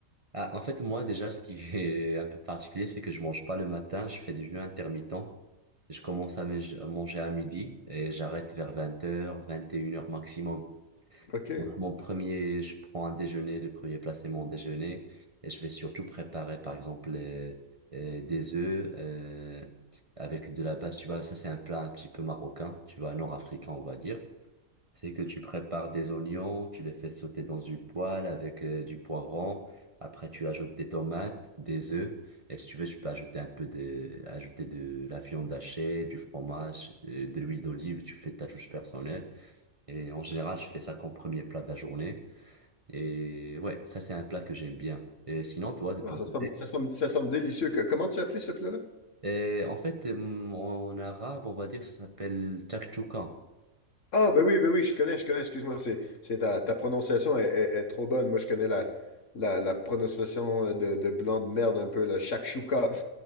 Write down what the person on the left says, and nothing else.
OK.
Ah, ça
semble, ça semble, ça semble délicieux. Que- Comment tu as appelé ce plat-là?
Ah, ben oui, ben oui, je connais, je connais, excuse-moi, c'est, c'est ta, ta prononciation est, est- est trop bonne. Moi, je connais la, la, la prononciation de, de blanc de merde un peu, le shakshuka.